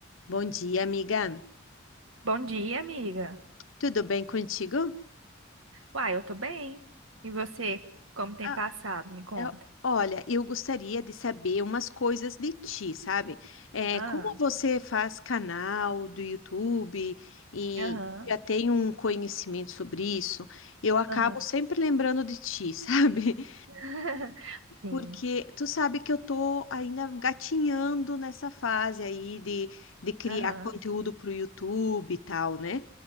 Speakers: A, on the left; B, on the right.
A: Bom dia, amiga.
B: Bom dia, amiga.
A: Tudo bem contigo?
B: Uai, eu tô bem. E você, como tem
A: Ah,
B: passado? Me conta.
A: eu- olha, eu gostaria de saber umas coisas de ti, sabe? É,
B: Ah,
A: como você faz canal do YouTube e
B: aham,
A: já tem um conhecimento sobre isso, eu acabo
B: aham,
A: sempre lembrando de ti, <laughs> sabe?
B: <laughs> Sim,
A: Porque tu sabe que eu tô ainda gatinhando nessa fase aí de, de criar
B: aham,
A: conteúdo pro YouTube e tal, né?